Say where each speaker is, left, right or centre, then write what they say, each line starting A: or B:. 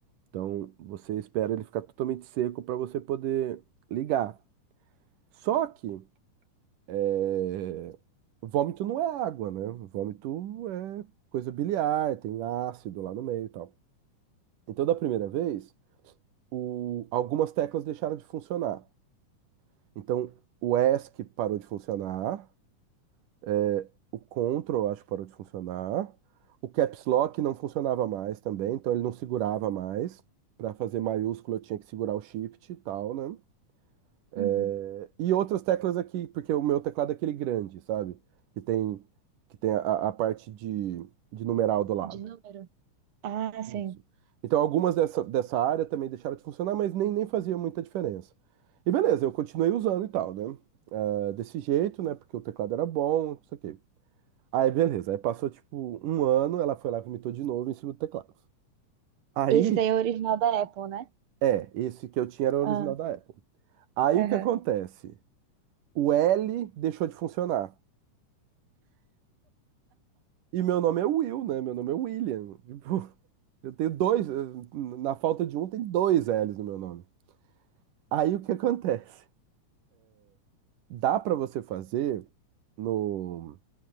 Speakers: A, on the right; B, on the right.
A: Então, você espera ele ficar totalmente seco para você poder ligar. Só que, é, vômito não é água, né? Vômito é coisa biliar, tem ácido lá no meio e tal. Então, da primeira vez. o- algumas teclas deixaram de funcionar. Então, o ESC parou de funcionar, é, o Ctrl, acho que parou de funcionar, o Caps Lock não funcionava mais também, então ele não segurava mais. Para fazer maiúsculo, eu tinha que segurar o Shift e tal, né?
B: Uhum.
A: É, E outras teclas aqui, porque o meu teclado é aquele grande, sabe? Que tem, que tem a, a parte de, de numeral do lado.
B: De número. Ah, sim.
A: Isso. Então, algumas dessa, dessa área também deixaram de funcionar, mas nem, nem fazia muita diferença. E beleza, eu continuei usando e tal, né? Ah, Desse jeito, né? Porque o teclado era bom, não sei o quê. Aí, beleza. Aí passou, tipo, um ano, ela foi lá e vomitou de novo em cima do teclado. Aí,
B: Esse daí é o original da Apple, né?
A: é, esse que eu tinha era o original
B: Ah,
A: da Apple. Aí
B: Aham.
A: o que acontece? O L deixou de funcionar. E meu nome é Will, né? Meu nome é William. <laughs> Tipo, eu tenho dois, eh, na falta de um, tem dois L's no meu nome. Aí o que acontece? Dá para você fazer no,